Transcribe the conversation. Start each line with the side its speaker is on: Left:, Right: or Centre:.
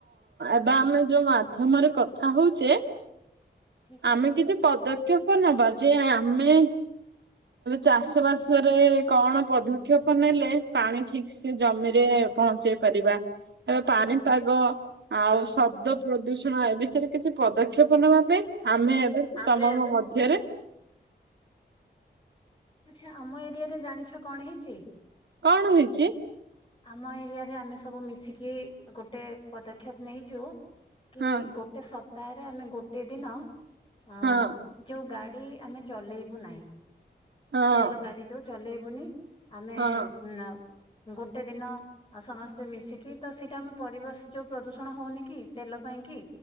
Right: ଏବେ ଆମେ ଯୋଉ ମାଧ୍ୟମରେ କଥା ହଉଛେ
Left: ଠିକ
Right: ଆମେ
Left: ଅଛି।
Right: କିଛି ପଦକ୍ଷେପ ନବା ଯେ ଆମେ ଚାଷ ବାସ ରେ କଣ ପ କ୍ଷପ ନେଲେ ପାଣି ଠିକ ସେ ଜମିରେ ପହଞ୍ଚେଇ ପାରିବା ଏବେ ପାଣିପାଗ ଆଉ ଶବ୍ଦ ପ୍ରଦୂ ହଁ ଏ ବିଷୟରେ କିଛି ପଦକ୍ଷେପ ନେବା ପାଇଁ ଆମେ ଏବେ
Left: ଆମେ
Right: ତମ
Left: ଏବେ
Right: ମଧ୍ୟରେ
Left: ଆଛା ଆମ ଏରିଆ ରେ ଜାଣିଛ କଣ ହେଇଛି?
Right: କଣ ହେଇଚି?
Left: ଆମ ଏରିଆରେ ଆମେ ସବୁ ମିଶିକି ଗୋଟେ ପଦକ୍ଷେପ ନେଇଚୁ କି
Right: ହଁ
Left: ଗୋଟେ ସପ୍ତାହରେ ଆମେ ଗୋଟେ ଦିନ ଅ
Right: ହଁ
Left: ଯୋଉ ଗା ଇ ଆମେ ଚଲେଇବୁ ନାଇ।
Right: ହଁ
Left: ତେଲ ଗାଡି ଯୋଉ ଚଲେଇବୁନି ଆମେ
Right: ହଁ
Left: ଉଁ ନାଉ ଗୋଟେ ଦିନ ଅ ସମସ୍ତେ ମିଶିକି ତ ସେଇଟା ଆମେ ପରିବେଶ ଯୋଉ ପ୍ରଦୂଷଣ ହଉନି କି ତେଲ ପାଇଁ କି